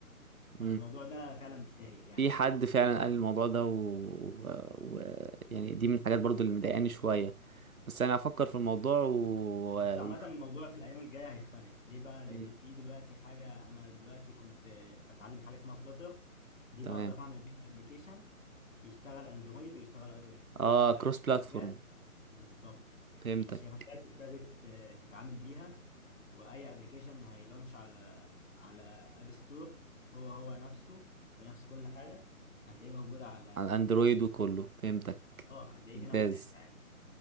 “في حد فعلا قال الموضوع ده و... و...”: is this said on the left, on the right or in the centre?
Right